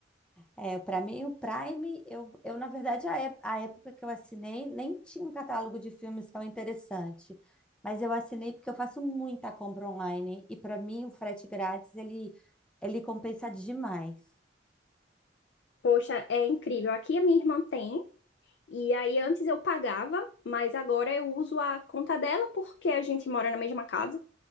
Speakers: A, in the centre; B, on the left (about 65°).
A: É, para mim, o Prime, eu, eu na verdade, a, ép- a época que eu assinei, nem tinha um catálogo de filmes tão interessante. Mas eu assinei porque eu faço muita compra online. E para mim, o frete grátis, ele, ele compensa demais.
B: Poxa, é incrível. Aqui a minha irmã tem, e aí antes eu pagava, mas agora eu uso a conta dela porque a gente mora na mesma casa.